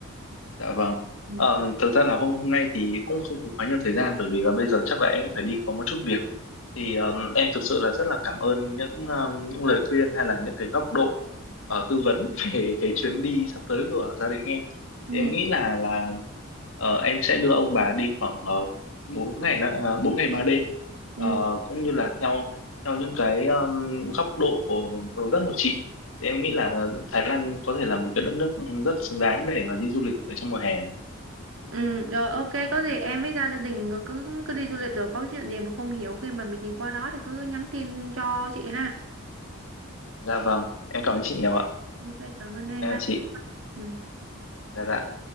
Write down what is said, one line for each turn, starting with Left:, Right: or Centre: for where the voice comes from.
Left: dạ vâng.
Right: ừ.
Left: Ờ, thực ra là hôm hôm nay thì cũng không có quá nhiều thời gian bởi vì là bây giờ chắc là em cũng phải đi có một chút việc thì um, em thực sự là rất là cảm ơn những um, những lời khuyên hay là những cái góc độ ờ, tư vấn <laughs> về cái chuyến đi sắp tới của gia đình em
Right: Ừ.
Left: thì em nghĩ là là ờ, em sẽ đưa ông bà đi khoảng uh, 4 ngày nữa, ờ, 4 ngày ba đêm
Right: ừ.
Left: Ờ, cũng như là theo theo những cái um, góc độ hướng dẫn của chị thì em nghĩ là Thái Lan có thể là một cái đất nước rất xứng đáng để mà đi du lịch ở trong mùa hè này.
Right: Ừ, rồi ok có gì em với gia gia đình rồi cứ cứ đi du lịch rồi có chuyện gì mà không hiểu khi mà mình tìm qua đó thì cứ nhắn tin cho chị ha.
Left: Dạ vâng, em
Right: Được.
Left: cảm ơn chị nhiều ạ.
Right: Ok cảm ơn em
Left: Em
Right: ba.
Left: là chị.
Right: Ừ.
Left: Dạ dạ.